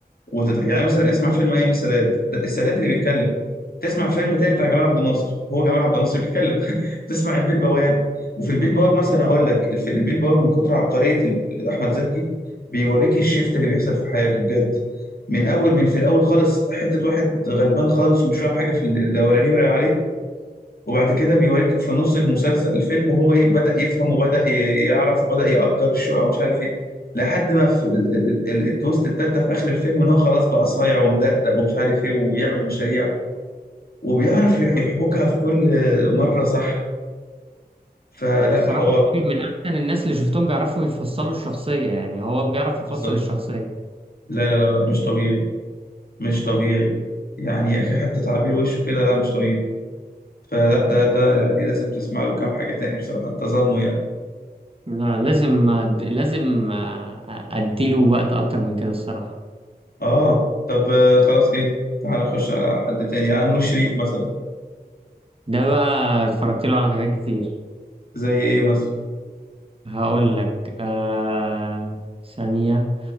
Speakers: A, on the left; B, on the right.
A: وتت... يعني مثلا اسمع فيلم ايام السادات ده السادات اللي بيتكلم تسمع فيلم تاني بتاع جمال عبد الناصر هو جمال عبد الناصر اللي بيتكلم <laughs> تسمع البيه البواب وفي البيه البواب مثلا اقول لك الف- البيه البواب من كتر عبقرية ال- احمد زكي بيوريك الشيفت اللي بيحصل في حياته بجد من اول من في الاول خالص حتة واحد غلبان خالص ومش فاهم حاجة في ال- لا ولا ليه ولا عليه وبعد كده بيوريك في نص المسلسل الفيلم وهو ايه بدأ يفهم وبدأ ي- يعرف وبدأ يأجر الشقق ومش عارف ايه لحد ما في ال- ال- ال- التويست التالتة في آخر الفيلم ان هو خلاص بقى صايع ومدقدق ومش عارف ايه وبيعمل مشاريع وبيعرف ي-
B: آه،
A: يحبكها في كل مرة صح فلا
B: هو الصراحه
A: حوار
B: تقريبا من احسن الناس اللي شفتهم بيعرفوا يفصلوا الشخصيه يعني هو بيعرف يفصل
A: بالظبط
B: الشخصيه
A: لا لا لا لا، مش طبيعي مش طبيعي يعني يا اخي حتى تعبير وشه كده لا مش طبيعي فلا ده ده يعني لازم تسمع له كام حاجة تاني بصراحة انت ظالمه يعني
B: لا لازم لازم آه، اديله وقت اكتر من كده الصراحه
A: اه طب آه، خلاص ايه تعال نخش على حد تاني يعني نور الشريف مثلا
B: ده بقى اتفرجت له على حاجات كتير
A: زي ايه مثلا
B: هقول لك آه ثانيه